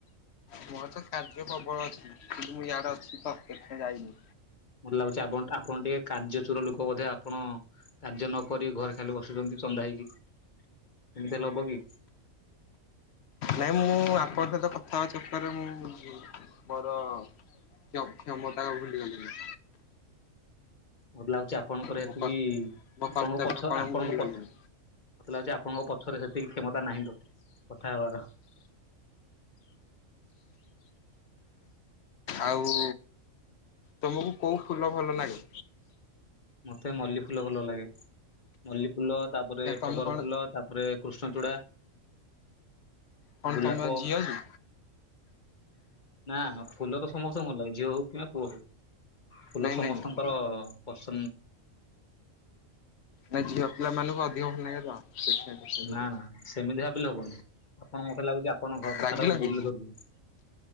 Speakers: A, on the left; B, on the left.
A: ମୋର ତ କାର୍ଯ୍ୟ ପ୍ରବଳ ଅଛି କିନ୍ତୁ ମୁଁ ୟାଡେ ଅଛି ତ ସେଥିପାଇଁ ଯାଇନି।
B: ମତେ ଲାଗୁଛି ଆପ ଆପଣ ଟିକେ କାର୍ଯ୍ୟଚୋର ଲୋକ ବୋଧେ, ଆପଣ କାର୍ଯ୍ୟ ନକ ଘରେ ଖାଲି ବସୁଛନ୍ତି ଚନ୍ଦା ହେଇକି ଏମିତି ହେଲେ ହବ କି?
A: ନାଇଁ ମୁଁ ଆପଣଙ୍କ ସହିତ କଥା ହବା ଚକରରେ ମୁଁ ମୋର ସବୁ କ୍ଷମତାକୁ ଭୁଲିଗଲେଣି।
B: ମୋତେ ଲାଗୁଛି ଆପଣଙ୍କର
A: ମୋ
B: ଏତିକିତମ
A: କ ମୋ କର୍ତ୍ତବ୍ୟ
B: ପଛ
A: କଣ
B: ନା ଆପଣଙ୍କ
A: ମୁଁ ଭୁଲିଗଲିଣି
B: ପଛ ମତେ ଲାଗୁଛି ଆପଣଙ୍କ ପଛରେ ସେତିକି କ୍ଷମତା ନାହିଁ କଥା ହବାର।
A: ଆଉ ତମକୁ କୋଉ ଫୁଲ ଭଲ ଲାଗେ?
B: ମତେ ମଲ୍ଲି ଫୁଲ ଭଲ ଲାଗେ ‌। ମଲ୍ଲି ଫୁଲ ତାପରେ
A: ତମେ
B: ଟଗର
A: କଣ
B: ଫୁଲ ତାପରେ କୃଷ୍ଣଚୂଡ଼ା,
A: କଣ
B: ଗୋଲାପ
A: ତମ ଝିଅ କି?
B: ନା ଫୁଲ ତ ସମସ୍ତଙ୍କୁ ଭଲ ଲାଗେ। ଝିଅ ହଉ କିମ୍ବା ପୁଅ ହଉ ଫୁଲ
A: ନାଇଁ
B: ସମସ୍ତଙ୍କର
A: ନାଇଁ
B: ପସ
A: ନାଇଁ ଝିଅ ପିଲା ମାନଙ୍କୁ ଅଧିକ ଭଲ ଲାଗେ ତ ସେଥିପାଇଁ ପଚାରିଦେଲି।
B: ନା ନା ସେମିତି ଭାବିଲେ ହବନି। ଆପଣ ମତେ ଲାଗୁଛି ଆପଣଙ୍କ କଥାଟାକୁ
A: ରାଗିଲ
B: ଭୁଲ
A: କି
B: ଧରୁଛନ୍ତି।